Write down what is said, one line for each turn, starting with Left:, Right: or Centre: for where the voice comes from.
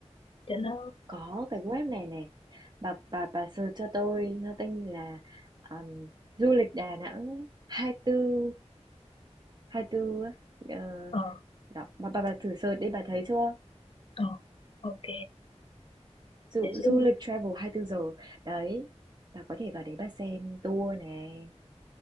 Left: Cho nó...
Right: Có cái web này nè, bà bà bà search cho tôi, nó tên là, ờm, du lịch Đà Nẵng hai tư hai tư ấy, ờ,
Left: Ờ,
Right: đó, bà bà bà thử search đi, bà thấy chưa?
Left: ờ, ok.
Right: Du
Left: Để xíu
Right: du
Left: nữa,
Right: lịch travel hai tư giờ. Đấy, bà có thể vào đấy bà xem tour này,